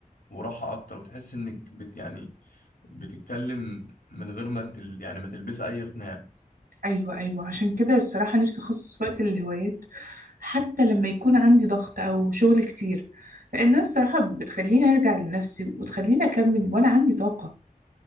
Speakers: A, on the left; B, on the right.
A: وراحه اكتر وتحس انك بت يعني بتتكلم من غير ما تل يعني ما تلبس اي قناع
B: أيوة أيوة عشان كده الصراحة نفسي أخصص وقت للهوايات حتى لما يكون عندي ضغط أو شغل كتير لأنها الصراحة بتخليني أرجع لنفسي وتخليني أكمل وأنا عندي طاقة